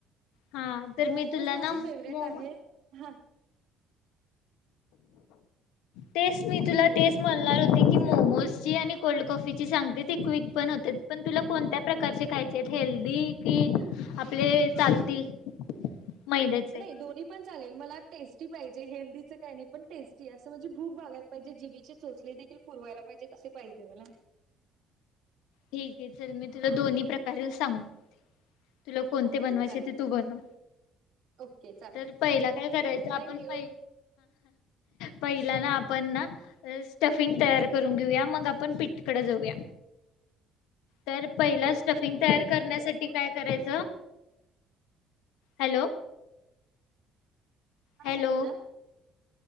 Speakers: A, on the left; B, on the right.
A: हा तर
B: मोमोज
A: मी तुला
B: माझ
A: ना मोमो
B: फेवरेट आहे हा!
A: तेच मी तुला
B: हॅलो
A: तेच म्हणणार होती की मोमोज आणि कोल्ड कॉफी ची सांगते! ती क्विंक पण होते! पण तुला कोणत्या प्रकारचे खायचे? हेल्दी कि आपले चालतील मैद्याचे
B: नाही दोन्ही पण चालेल मला टेस्टी पाहिजे! हेल्दीचं काही नाही! पण टेस्टी असं! म्हणजे भूक भागायला पाहिजे जिभेची चोचले देखील पुरवायला पाहिजे! कसे पाहिजे मला?
A: खिडकीत तर मी तुला दोन्ही प्रकारे सांग तुला कोणते
B: ओके
A: बनवायचे!
B: चालेल
A: ते तू बनव!
B: ओके
A: तर पहिला काय करायचं?
B: चालेल
A: आपण
B: थँक्यू
A: पहि पहिला ना! आपण ना स्टफिंग तयार करून घेऊया, मग आपण पीठकडे जाऊया. तर पहिला
B: ओके
A: स्टफिंग
B: चालेल
A: तयार करण्यासाठी काय करायचं? हॅलो.
B: हां
A: हॅलो
B: बोल ना.